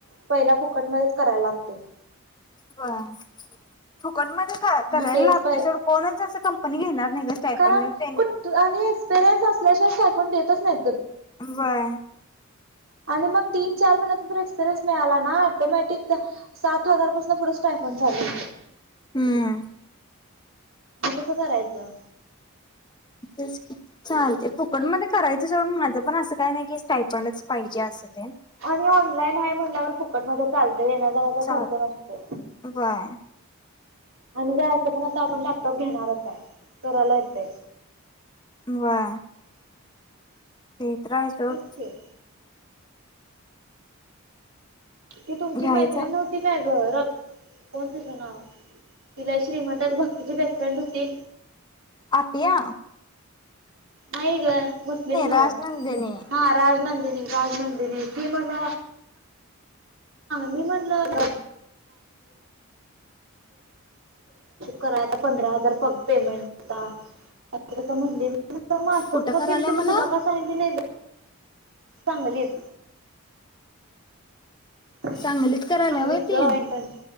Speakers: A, on the right (about 65°); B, on the left (about 20°).
A: पहिला फुकट करायाला लागते.
B: ब फुकट म का
A: मग
B: करायला
A: तेच
B: लागतेवढ
A: प
B: कोणाच असं कंपनी घेणार नाही ग स्टायपंड
A: कारण
B: त्यांनी
A: कुठ आणि एक्सपिरियन्स असल्याशिवाय सायफोन देतच नाही.
B: बाय.
A: आणि मग तीन चार महिन्याचा एक्सपिरिय्स मिळाला ना ऑटोमॅटिक सात हजारपासून पुढं स्टायफन चालू होत.
B: हम्म.
A: मग कसं करायचं?
B: तेच की चालते फुकट मध्ये करायच सवड माझं पण असं काय नाही की स्टायपंडच पाहिजे असं ते
A: आणि ऑनलाईन आहे म्हणल्यावर खूप ककट मध्ये चालत येण्याजण्याचा
B: चाल
A: खर्च नसतोय.
B: व्हय
A: आणि काय असं पण आता आपण लॅपटॉप घेणारच आहे कराला येतय.
B: व्हय. ते तर आहेच सोड.
A: तेच की ती तुमची
B: घ्यायचा
A: मैत्री नव्हती काय घरख कोण तिचं नाव? तिला श्रीमंत भक्तीची बेस्ट फ्रँड होती.
B: आतया.
A: हायग मुस्लीिम नव्हं
B: राजनंदिनी
A: हा राजनंदनी. राजनंदिनी तीन म्हण मी म्हणलं <inaudible> <inaudible> <inaudible> कराला पंधरा हजार पेमेंट हाय ते असं म्हणली. त जग मग हस्तक
B: कुठं करायला
A: केली त्याना
B: म्हणा
A: तुला का सांगीतली नाही. सांगलीत. चांगली
B: सांगलीत करायला व्हय
A: हाईट
B: ती
A: ग इंटर